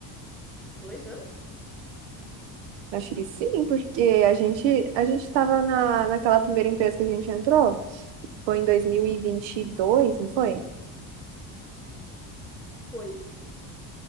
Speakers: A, in the centre; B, on the right (about 80°).
A: Dois anos?
B: Acho que sim, porque a gente a gente estava na, naquela primeira empresa que a gente entrou, foi em dois mil e e vinte e dois não foi?
A: Foi.